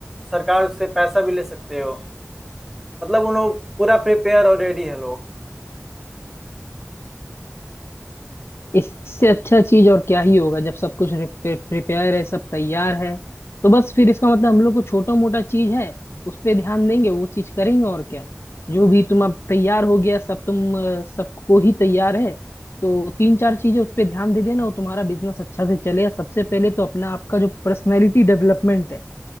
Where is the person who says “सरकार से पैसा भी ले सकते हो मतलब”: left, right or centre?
Centre